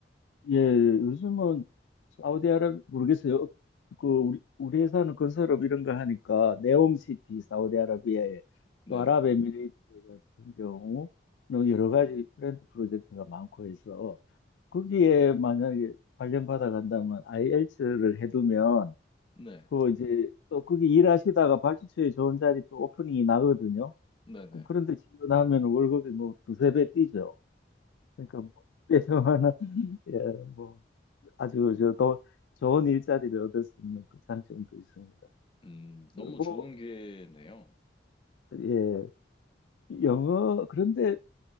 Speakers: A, on the left; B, on the left.
A: 예, 요즘은 사우디아라비아 모르겠어요. 그 우리 우리 회사는 건설업 이런 거 하니까 네옴시티 사우디아라비아에
B: 네네.
A: 또 아랍에미레이트 같은 경우는 여러 가지 프렌드 프로젝트가 많고 해서 거기에 만약에 발령받아 간다면 IELTS를 해두면
B: 네.
A: 그 이제 또 거기 일하시다가 발주처에 좋은 자리 또 오프닝이 나거든요.
B: 네네.
A: 그럼 그런데 지원하면 월급이 뭐 두세 배 뛰죠. 그러니까 뭐 <laughs> 그래서 하나, 예, 뭐 아주 저, 더 좋은 일자리를 얻을 수 있는 그 장점도 있습니다.
B: 음, 너무
A: 뭐,
B: 좋은 기회네요.
A: 예, 영어, 그런데